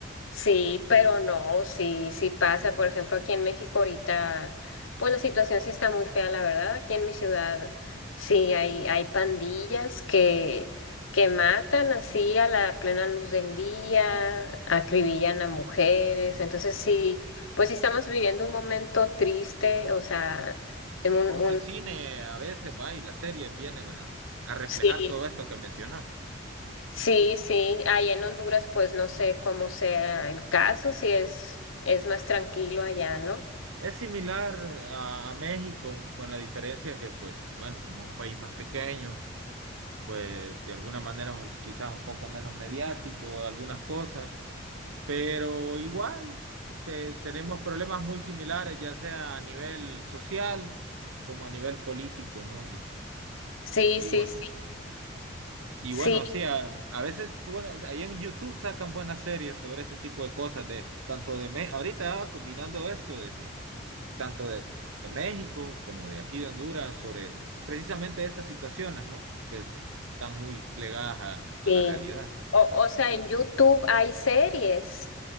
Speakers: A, on the left; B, on the right.
A: Sí, pero no, sí, sí pasa.
B: <laughs>
A: Por ejemplo, aquí en México ahorita, pues la situación sí está muy fea, la verdad. Aquí en mi ciudad sí hay, hay pandillas que, que matan así a la plena luz del día, acribillan a mujeres. Entonces sí, pues sí estamos viviendo un momento triste, o sea, en
B: Y
A: un,
B: cómo
A: un
B: el cine a veces va y las series vienen a, a reflejar
A: sí,
B: todo esto que mencionaste.
A: sí, sí. Allá en Honduras, pues no sé cómo sea el caso, si es, es más tranquilo allá, ¿no?
B: Es similar eh, a, a México, con la diferencia que, pues, bueno, como es un país más pequeño. pues de alguna manera pues, quizás un poco menos mediático, algunas cosas, pero igual te- tenemos problemas muy similares, ya sea a nivel social como a nivel político, ¿no? Y,
A: Sí,
B: igual.
A: sí, sí,
B: Y
A: sí,
B: bueno, sí, a, a veces, bueno, o sea, ahí en YouTube sacan buenas series sobre ese tipo de cosas, de tanto de Me- ahorita ah, combinando esto de que tanto de, de México como de aquí de Honduras sobre precisamente estas situaciones, ¿no? Que es- están muy plegadas a
A: sí.
B: a la realidad.
A: O, o sea, en YouTube hay series.